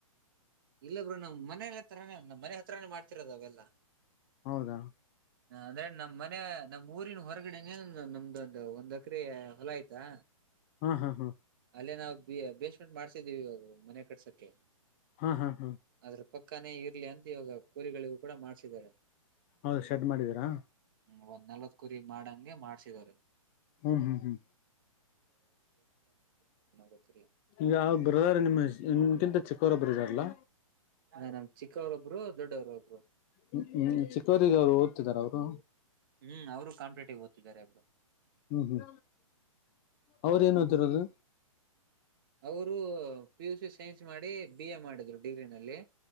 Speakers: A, on the right (about 40°); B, on the left (about 25°).
A: ಇಲ್ಲ ಬ್ರೂ ನಮ್ ಮನಲ್ಲ ಹ ತರಾನೇಮ್ಮ ಮನೆ ಹತ್ರಾನೇ ಮಾಡ್ತಿರೋದು ಅವೆಲ್ಲ
B: ಹೌದಾ
A: ಹ ಅಂದ್ರೆ ನಮ್ ಮನ ನಮ್ ಊರಿನ ಹೊರಗಡೆ ನಮ್ದ ಒಂದು ಒಂದ್ ಏಕ್ರೆ ಹೊಲ ಆಯ್ತಾ
B: ಹಾ ಹಾ ಹಾ
A: ಅಲ್ಲೇ ನಾವು ಬೇಸ್ಮಿಬ್ಟ್ ಮಾಡ್ಸಿದ್ದೀವಿ ಇವಾಗ ಮನೆ ಕಟ್ಸಕ್ಕೆ
B: ಹ ಹ ಹ
A: ಅದ್ರ ಪಕ್ಕಾನೇ ಇರ್ಲಿ ಅಂತ ಇವಾಗ ಕುರಿಗಳಿಗೂ ಕೂಡ ಮಾಡ್ಸಿದ್ದಾರೆ
B: ಹೌದು ಶೆಡ್ ಮಾಡಿದ್ದೀರಾ
A: ಹ ಒಂದ್ ನಲ್ವತ್ ಕುರಿ ಮಾಡಂಗೆ ಮಾಡ್ಸಿದರೆ
B: ಹ್ಮ್ ಹ್ಮ್ ಹ್ಮ್
A: ಗೊತ್ತಿಲ್ಲ
B: ಈಗ ಯಾವಾಗ ಬ್ರದರ್ ನಿಮ್ಮ ನಿಮಿಂತ ಚಿಕ್ಕ <unintelligible> ಇದರಲ್ಲ
A: ಹ ನಮ್ ಚಿಕ್ಕವ್ರೊಬ್ರು ದೊಡ್ಡವ್ರ ಒಬ್ರು
B: ಹ್ಮ ಹ್ಮ್ ಚಿಕ್ಕವರಿಗೆ ಅವ್ರು ಓದ್ತಿದಾರ ಅವರು
A: ಹ್ಮ್ ಅವರು ಕಾಂಪ್ಲೇಟಿವ್ ಓದತಿದಿದ್ದಾರೆ ಬ್ರೋ
B: ಹ್ಮ್ ಹ್ಮ್ ಅವ್ರೇನ್ ಓದಿರೋದು
A: ಅವರು ಪಿ ಯು ಸಿ ಸೈನ್ಸ್ ಮಾಡಿ ಬಿ ಎ ಮಾಡಿದ್ರು ಡಿಗ್ರಿನಲ್ಲಿ